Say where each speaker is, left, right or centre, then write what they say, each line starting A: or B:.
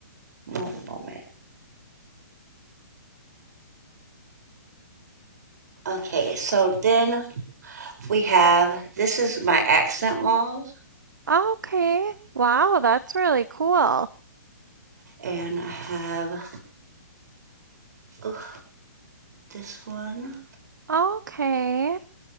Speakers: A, on the right; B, on the right.
A: one moment. Okay, so then we have, this is my accent walls.
B: Okay. Wow, that's really cool.
A: And I have, oh, this one.
B: Okay.